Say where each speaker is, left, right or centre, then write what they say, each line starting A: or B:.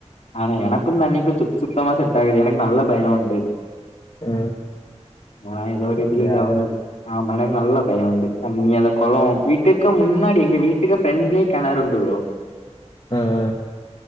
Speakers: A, on the left; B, on the left.
A: ஆனா எனக்கு தண்ணிக்கு சுத் சுத்தமா செட் ஆகாது எனக்கு நல்ல பயம் உண்டு
B: ஆ
A: ஆனா எதோ ஒரு
B: அப்டியா
A: இதுல இதாவுனது ஆமா எனக்கு நல்ல பயம் உண்டு தண்ணி அந்த குளம் வீட்டுக்கு முன்னாடி எங்க வீட்டுக்கு ஃப்ரெண்ட்லயே கெணறு உண்டு ப்ரோ
B: ஆ